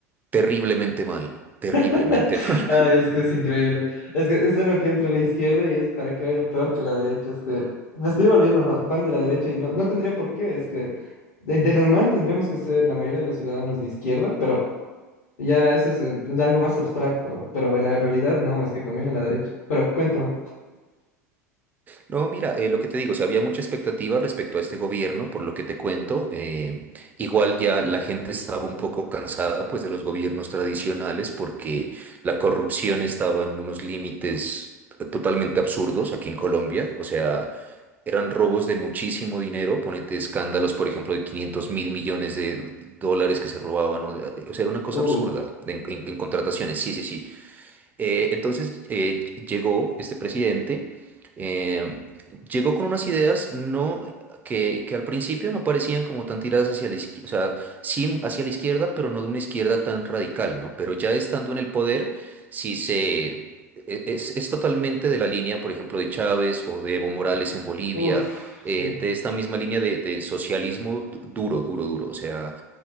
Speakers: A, on the right (about 20°); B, on the left (about 60°).
A: Terriblemente mal, terriblemente
B: <laughs>
A: <laughs> mal.
B: Ay, es que es increíble. Es que es de lo que entra a la izquierda y es para que vaya peor que la derecha. Es que me estoy volviendo fa- fan de la derecha y no, no tendría por qué. Es que de, de normal tendríamos que ser la mayoría de los ciudadanos de izquierda, pero ya eso es, eh, es algo más abstracto. Pero en la realidad no, es que conviene la derecha. Pero cuéntame.
A: No, mira, eh, lo que te digo, o sea, había mucha expectativa respecto a este gobierno, por lo que te cuento. eh, igual ya la gente estaba un poco cansada, pues, de los gobiernos tradicionales, porque la corrupción estaba en unos límites eh, totalmente absurdos aquí en Colombia. O sea, eran robos de muchísimo dinero, ponete escándalos, por ejemplo, de quinientos mil millones de dólares que se robaban. O, eh, o sea, era una cosa
B: Uh,
A: absurda en en- en contrataciones. Sí, sí, sí. Eh, entonces eh, llegó este presidente, eh, llegó con unas ideas no, que, que al principio no parecían como tan tiradas hacia la izquierda, o sea, sí hacia la izquierda, pero no de una izquierda tan radical, ¿no? Pero ya estando en el poder, sí se... e- Es, es totalmente de la línea, por ejemplo, de Chávez o de Evo Morales en Bolivia,
B: uf, sí.
A: eh, de esta misma línea de, de socialismo du- duro, duro, duro. O sea,